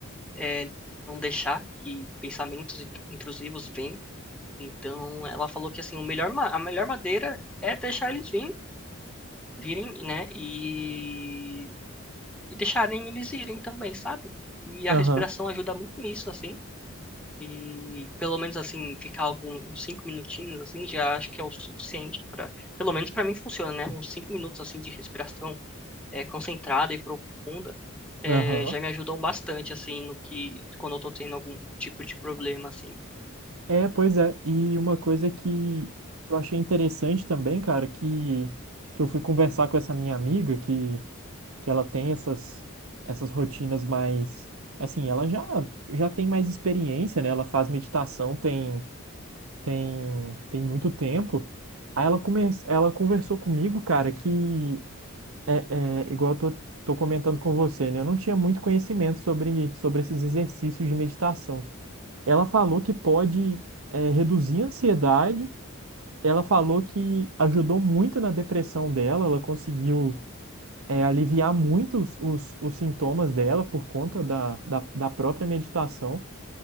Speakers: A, in the centre; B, on the right.
A: é, não deixar que pensamentos intrusivos venham. Então, ela falou que assim, o melhor, a melhor madeira é deixar eles virem, virem, né? E, e deixarem eles irem também, sabe? E a
B: aham,
A: respiração ajuda muito nisso, assim. E pelo menos assim, ficar alguns uns cinco minutinhos assim, já acho que é o suficiente para, pelo menos para mim funciona, né? Uns cinco minutos assim de respiração é, concentrada e profunda é,
B: aham.
A: já me ajudam bastante, assim, no que, quando eu tô tendo algum tipo de problema, assim.
B: É, pois é. E uma coisa que, que eu achei interessante também, cara, que, que eu fui conversar com essa minha amiga, que que ela tem essas essas rotinas mais assim, ela já já tem mais experiência, né? Ela faz meditação tem tem tem muito tempo. Aí ela come, ela conversou comigo, cara, que é, é igual eu tô, tô comentando com você, né? Eu não tinha muito conhecimento sobre sobre esses exercícios de meditação. Ela falou que pode é, reduzir a ansiedade. Ela falou que ajudou muito na depressão dela, ela conseguiu é, aliviar muito os, os, os sintomas dela por conta da, da, da própria meditação.